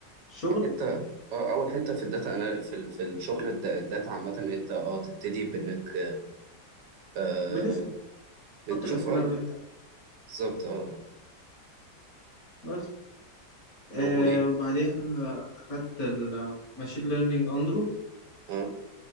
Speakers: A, on the left; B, on the right.
A: الشغل
B: حتة اه اول حتة في الداتا انا في ال- في الشغل الد- الداتا عامة ان انت اه تبتدي بانك آه
A: بتسأل
B: بتشوف
A: تحط الاسئلة
B: اه
A: اللي انت
B: بالظبط اه
A: بس آه
B: طب وايه
A: وبعديها أخدت الماشين ليرنينج أندرو
B: اه